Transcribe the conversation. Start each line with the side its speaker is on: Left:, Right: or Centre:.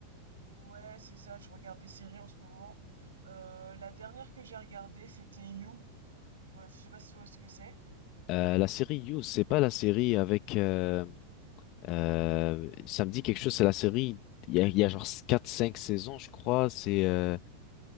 Right: Ouais, c'est ça. Je regarde des séries en ce moment. Euh, la dernière que j'ai regardée, c'était You. Je vois, je sais pas si tu vois ce que c'est.
Left: Euh, la série You, c'est pas la série avec... Euh, euh, ça me dit quelque chose, c'est la série... Il y a, il y a genre quatre, cinq saisons, je crois. C'est, euh,